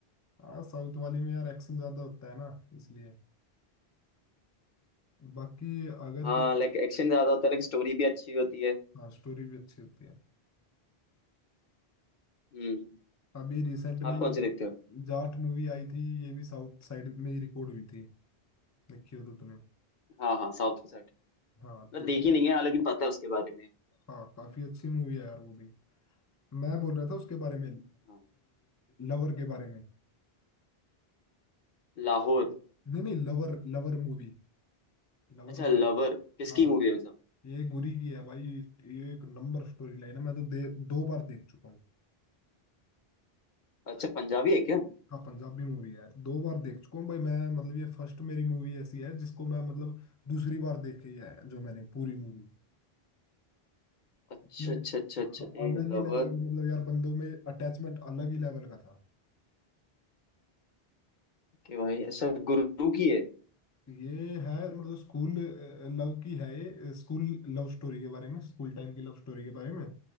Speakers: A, on the left (about 25°); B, on the left (about 50°).
A: हाँ साउथ वाली में यार एक्शन ज्यादा होता है ना इसलिए बाकी अगर
B: हाँ
A: तेरे
B: लाइक एक्शन ज्यादा होता है लाइक स्टोरी भी अच्छी होती है
A: हाँ स्टोरी भी अच्छी होती है
B: हम्म
A: अभी रिसेंट में
B: आप
A: ये
B: कौन सी देखते हो
A: जाट मूवी आई थी ये भी साउथ साइड में ही रिकॉर्ड हुई थी देखी हो तो तूने
B: हाँ हाँ साउथ की साइड है।
A: हाँ
B: मतलब
A: तो उसमें
B: देखी नहीं है हालांकि पता है उसके बारे में
A: हाँ काफी अच्छी मूवी है यार वो भी मैं बोल रहा था उसके बारे में
B: हाँ
A: लवर के बारे में
B: लाहौर
A: नहीं नहीं lover lover movie Lover
B: अच्छा
A: movie
B: लवर किसकी
A: हाँ
B: मूवी है मतलब
A: ये गुरी की है भाई ये एक नंबर स्टोरी लाइन है मैं तो दे, दो बार देख चुका हूँ
B: अच्छा पंजाबी है क्या
A: हाँ पंजाबी मूवी है दो बार देख चुका हूँ भाई मैं मतलब ये फर्स्ट मेरी मूवी ऐसी है जिसको मैं मतलब दूसरी बार देखी है जो मैंने पूरी मूवी
B: अच्छा
A: इसमें
B: अच्छा अच्छा अच्छा
A: अलग
B: ए
A: ही
B: लवर
A: लेवल का मतलब यार बंदों में अटैचमेंट अलग ही लेवल का था
B: के भाई अच्छा गुरु की है
A: ये है मतलब स्कूल लव की है ये स्कूल लव स्टोरी के बारे में स्कूल टाइम की लव स्टोरी के बारे में